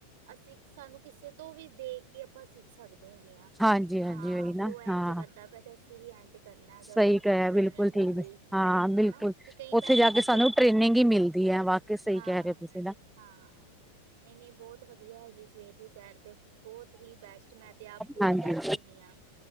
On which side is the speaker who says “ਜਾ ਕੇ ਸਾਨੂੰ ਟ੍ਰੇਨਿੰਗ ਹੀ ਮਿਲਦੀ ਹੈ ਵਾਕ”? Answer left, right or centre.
Centre